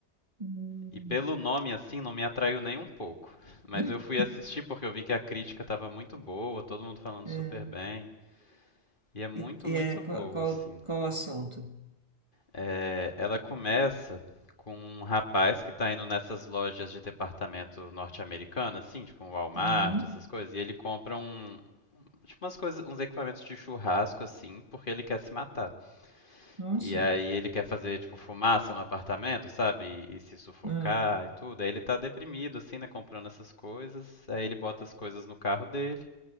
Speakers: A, on the right; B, on the left.
A: Hum.
B: E pelo nome assim não me atraiu nem um pouco. Mas
A: <laughs>
B: eu fui assistir porque eu vi que a crítica estava muito boa, todo mundo falando
A: É.
B: super bem. E é muito,
A: E, e
B: muito
A: é,
B: boa,
A: qual, qual,
B: assim.
A: qual o assunto?
B: É, ela começa com um rapaz que tá indo nessas lojas de departamento norte-americano, assim, tipo um Walmart,
A: Uhum.
B: essas coisas, e ele compra um, tipo umas coisas, uns equipamentos de churrasco, assim, porque ele quer se matar.
A: Nossa.
B: E aí ele quer fazer, tipo, fumaça no apartamento, sabe? E, e se sufocar
A: Ah.
B: e tudo. Aí ele tá deprimido, assim, né? Comprando essas coisas. Aí ele bota as coisas no carro dele.